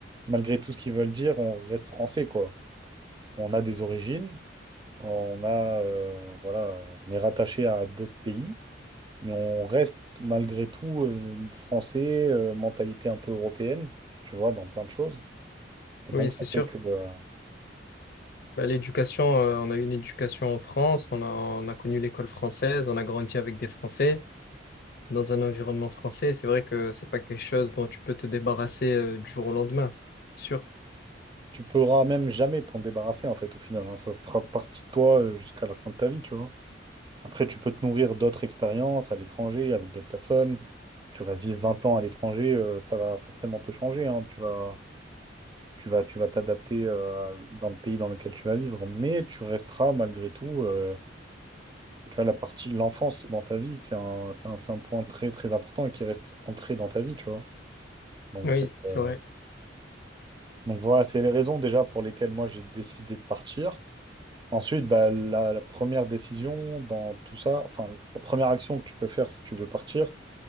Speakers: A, on the right; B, on the left.
A: malgré tout ce qu'ils veulent dire, on reste français, quoi. On a des origines, on a, euh, voilà, on est rattaché à d'autres pays, mais on reste malgré tout euh, français, euh, mentalité un peu européenne, tu vois, dans plein de choses. Et
B: Oui,
A: donc,
B: c'est
A: ça
B: sûr.
A: fait que... euh,
B: Bah, l'éducation, euh, on a eu une éducation en France. On a, on a connu l'école française. On a grandi avec des Français. dans un environnement français, c'est vrai que c'est pas quelque chose dont tu peux te débarrasser euh, du jour au lendemain, c'est sûr.
A: Tu pourras même jamais t'en débarrasser, en fait, au final. hein. Ça fera partie de toi euh, jusqu'à la fin de ta vie, tu vois. Après, tu peux te nourrir d'autres expériences à l'étranger, avec d'autres personnes. Tu restes vivre 20 ans à l'étranger, euh, ça va forcément te changer, hein. Tu vas, tu vas, tu vas t'adapter, euh, dans le pays dans lequel tu vas vivre. Mais tu resteras, malgré tout, euh, tu vois, la partie, l'enfance dans ta vie, c'est un, c'est un, c'est un point très, très important et qui reste ancré dans ta vie, tu vois. Donc,
B: Oui, c'est
A: euh,
B: vrai.
A: donc voilà, c'est les raisons déjà pour lesquelles moi j'ai décidé de partir. Ensuite, bah, la, la première décision dans tout ça, enfin, la première action que tu peux faire si tu veux partir,